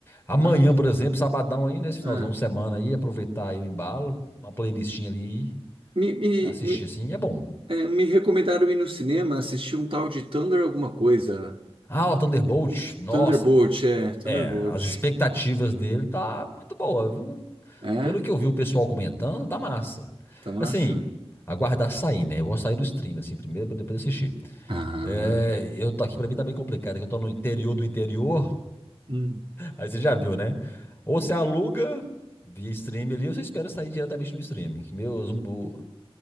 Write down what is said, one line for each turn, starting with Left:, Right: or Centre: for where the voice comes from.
Left: Amanhã,
Right: Ah, que
Left: por
Right: legal.
Left: exemplo, sabadão aí, nesse finalzão
Right: Ah.
Left: de semana aí, aproveitar aí o embalo, uma playlistinha ali,
Right: Me, me,
Left: assistir
Right: me,
Left: assim, é bom.
Right: É, me recomendaram ir no cinema assistir um tal de Thunder alguma coisa.
Left: Ah, o Thunderbolt, nossa,
Right: Thunderbolt,
Left: eu-
Right: é, Thunderbolt.
Left: é, as expectativas dele tá muito boa, viu?
Right: É?
Left: Pelo que eu vi o pessoal comentando, tá massa.
Right: Tá massa?
Left: Assim, aguardar sair, né? Eu vou sair no stream, assim, primeiro, pra depois assistir.
Right: Ah.
Left: É, eu tô aqui, pra mim tá bem complicado, é que eu tô no interior do interior,
Right: Hum.
Left: Aí você já viu, né? Ou você aluga via stream ali, ou você espera sair diretamente no streaming. Meus, o-